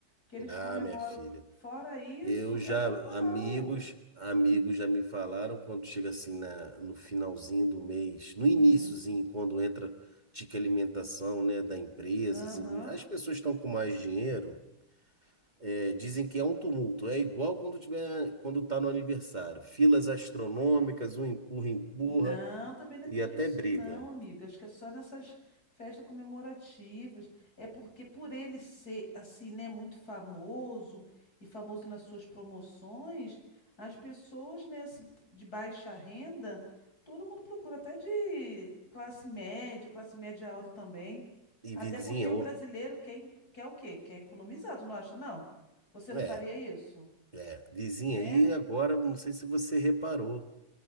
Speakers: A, on the left; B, on the right.
A: que eles
B: Ah,
A: comemoram.
B: minha filha.
A: Fora isso,
B: Eu já,
A: é normal.
B: amigos, amigos já me falaram quando chega assim na, no finalzinho do mês, no iniciozinho,
A: Hum,
B: quando entra tique alimentação, né, da empresa,
A: aham.
B: assim, as pessoas estão com mais dinheiro, é, dizem que é um tumulto. É igual quando tiver, quando tá no aniversário. Filas astronômicas, um empurra, empurra
A: Não, também não
B: e
A: é tudo
B: até
A: isso
B: briga.
A: não, amiga. Acho que é só nessas festas comemorativas. É porque por ele ser assim, né, muito famoso e famoso nas suas promoções, as pessoas, né, assim, de baixa renda, todo mundo procura, até de classe média, classe média alta também.
B: E
A: Até
B: vizinha,
A: porque o
B: o-
A: brasileiro quer, quer o quê? Quer economizar, tu não acha, não? Você não
B: é.
A: faria isso,
B: É, vizinha,
A: né?
B: e agora, não sei se você reparou,